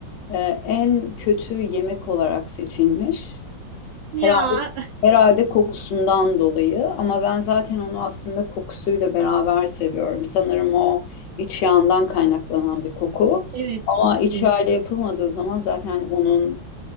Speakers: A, on the left; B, on the right.
A: e, en kötü yemek olarak seçilmiş.
B: Ya
A: Herhalde herhalde kokusundan dolayı ama ben zaten onu aslında kokusuyla beraber seviyorum. Sanırım o iç yağından kaynaklanan bir koku.
B: <laughs> evet.
A: Ama iç
B: Evet.
A: yağıyla yapılmadığı zaman zaten onun